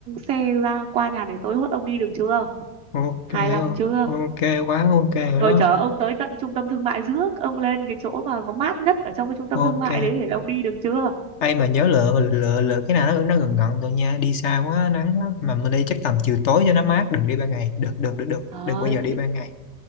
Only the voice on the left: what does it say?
ok
không?
ok quá ok rồi
đó
ok
ai mà nhớ lựa lựa lựa cái nào nó nó gần gần thôi nha đi xa quá nắng lắm mà mình đi chắc tầm chiều tối cho nó mát đừng đi ban ngày đừng đừng đừng đừng
đừng bao giờ đi
ban ngày